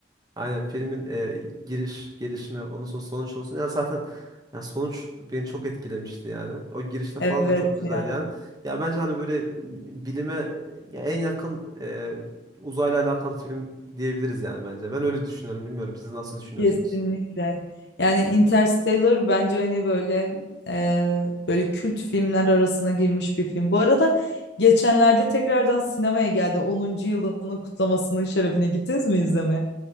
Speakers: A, on the right; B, on the left.
A: Aynen filmin e, giriş, gelişme, ondan sonra sonuç olsun. Ya zaten ya sonuç beni çok etkilemişti yani. O girişte falan
B: Evet
A: da çok güzel
B: ya
A: yani. Ya bence hani böyle bilime ya en yakın e, uzayla alakalı film diyebiliriz yani bence. Ben öyle düşünüyorum. Bilmiyorum siz nasıl düşünüyorsunuz?
B: kesinlikle. Yani Interstellar bence hani böyle eee, böyle kült filmler arasına girmiş bir film. Bu arada geçenlerde tekrardan sinemaya geldi. Onuncu yılının kutlamasının şerefine gittiniz mi izlemeye?